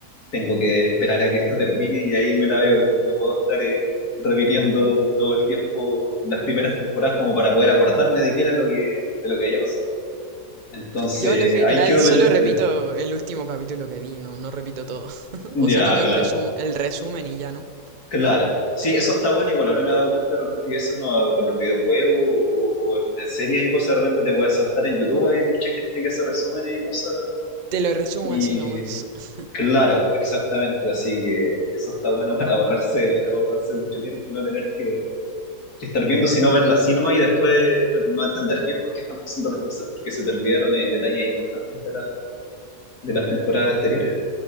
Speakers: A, on the left (about 75°); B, on the right (about 40°).
A: tengo que esperar a que esto termine y ahí me la veo, porque no puedo estar eh, repitiendo todo el tiempo las primeras temporadas como para poder acordarme de qué era lo que, de lo que había pasado. Entonces,
B: Yo, en lo general,
A: ahí quedó
B: solo
A: pendiente.
B: repito el último capítulo que vi, no, no repito todo. <laughs>
A: Ya,
B: O solo veo
A: claro,
B: el resu- el resumen y ya, ¿no?
A: claro. Sí, eso está bueno, igual ahora me he dado cuenta de repente que eso uno con los videojuegos o, o- en series y cosas, de repente te puedes saltar en YouTube, hay mucha gente que hace resúmenes y cosas.
B: Te lo resumo
A: Y
B: así nomás. <laughs>
A: claro, exactamente, así que eso está bueno <laughs> para ahorrarse, ahorrarse mucho tiempo y no tener que que estar viendo, sino verla así nomás y después no, no entender bien por qué están pasando las cosas, porque se te olvidaron eh, detalles importantes de, la, de las temporadas anteriores.